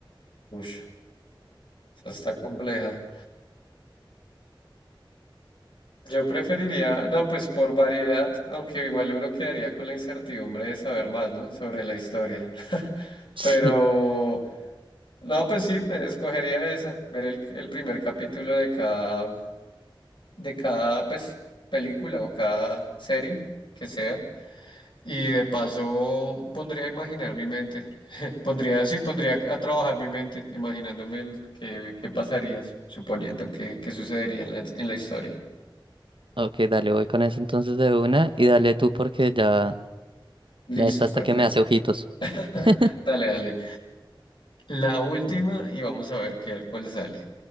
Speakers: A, on the left; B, on the right.
A: Uy, está compleja. Yo preferiría, no, pues por variedad, aunque igual uno quedaría con la incertidumbre de saber más, ¿no? Sobre la historia. <laughs>
B: <laughs>
A: Pero,
B: Sí.
A: no, pues sí, me escogería esa, ver el, el primer capítulo de cada, de cada, pues, película o cada serie que sea. Y de paso pondría a imaginar mi mente. <laughs> Pondría, sí, pondría a trabajar mi mente, imaginándome el, qué, qué pasaría, suponiendo que, qué sucedería en la, en la historia.
B: Ok, dale, voy con eso entonces de una y dale tú porque ya,
A: Listo,
B: ya está hasta
A: perfecto.
B: que me hace ojitos.
A: <laughs>
B: <laughs>
A: Dale, dale. La última y vamos a ver qué, cuál sale.